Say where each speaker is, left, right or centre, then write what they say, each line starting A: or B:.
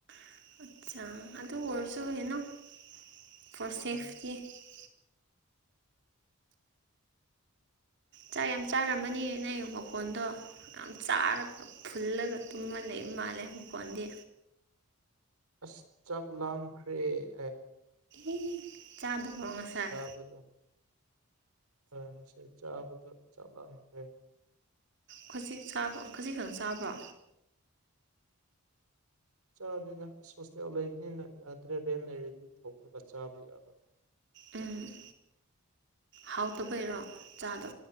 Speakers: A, on the right; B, on the right.
A: <unintelligible>
B: ꯑꯦ
A: ꯆꯥꯛ ꯌꯥꯝ ꯆꯥꯔꯝꯃꯅꯤ ꯅꯪ ꯃꯈꯣꯟꯗꯣ ꯌꯥꯝ ꯆꯥꯔꯒ ꯐꯨꯜꯂꯒ ꯇꯨꯝꯃ ꯂꯩꯕ ꯃꯥꯜꯂꯦ ꯃꯈꯣꯟꯗꯤ
B: ꯑꯁ ꯆꯥꯛ ꯂꯥꯝꯈ꯭ꯔꯦ ꯑꯦ
A: ꯑꯦ ꯆꯥꯗꯕ꯭ꯔꯣ ꯉꯁꯥꯏ
B: <unintelligible> ꯍꯣꯏ ꯉꯁꯥꯏ ꯆꯥꯕꯗꯣ ꯆꯥꯛ ꯂꯥꯝꯈ꯭ꯔꯦ
A: ꯈꯖꯤꯛ ꯆꯥꯕ ꯈꯖꯤꯛꯈꯛ ꯆꯥꯕ꯭ꯔꯣ
B: ꯆꯥꯗꯦꯗ ꯑꯁ ꯍꯣꯁꯇꯦꯜ ꯂꯩꯕꯅꯤꯅ ꯌꯥꯗ꯭ꯔꯦ ꯔꯦꯟ ꯂꯩꯔꯗꯤ ꯊꯣꯡꯂꯒ ꯆꯥꯕ ꯌꯥꯕ
A: ꯎꯝ ꯍꯥꯎꯇꯕꯩꯔꯣ ꯆꯥꯗ